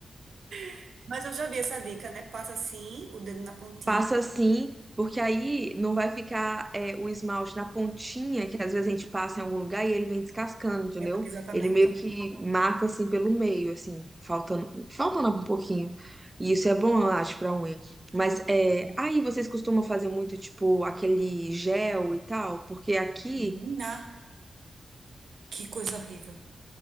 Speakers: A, on the right (about 70°); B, on the right (about 15°).
A: <laughs> Mas eu já vi essa dica, né? Passa assim, o dedo na pontinha.
B: Passa assim, porque aí não vai ficar é, o esmalte na pontinha, que às vezes a gente passa em algum lugar e ele vem descascando, entendeu?
A: É, ba- exatamente.
B: Ele meio
A: né?
B: que mata assim pelo meio, assim, faltando, faltando um pouquinho. E isso é bom, eu acho, pra unha. Mas é, aí vocês costumam fazer muito, tipo, aquele gel e tal, porque aqui
A: Menina, que coisa horrível.